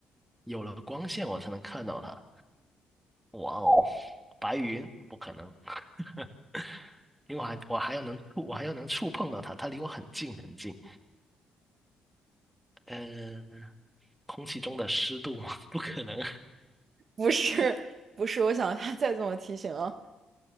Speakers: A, in the centre; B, on the right.
A: 有了光线，我才能看到它。哇哦，白云不可能，<laughs> 因为我还我还要能触，我还要能触碰到它，它离我很近很近。嗯、空气中的湿度 <laughs> 不可能，
B: 不是，不是，我想 <laughs> 一下再怎么提醒啊，